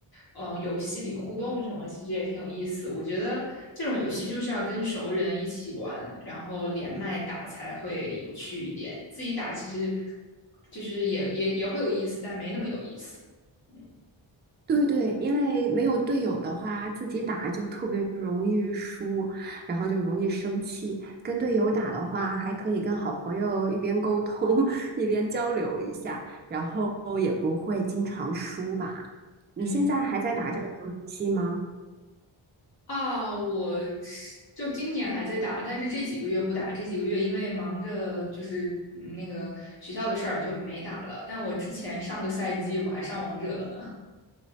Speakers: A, on the left (about 50°); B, on the right (about 25°).
A: 呃游戏里互动什么，其实也挺有意思。我觉得这种游戏就是要跟熟人一起玩，然后连麦打才会有趣一点。自己打其实就是也也也会有意思，但没那么有意思。嗯
B: 对对，因为没有队友的话，自己打就特别容易输，然后就容易生气。跟队友打的话，还可以跟好朋友一边沟通 <laughs> 一边交流一下，然后也不会经常输吧。你现在还在打这个游戏吗？
A: 嗯。啊，我是就今年还在打，但是这几个月不打，这几个月因为忙着就是嗯那个学校的事儿就没打了。但我之前上个赛季我还上王者了呢。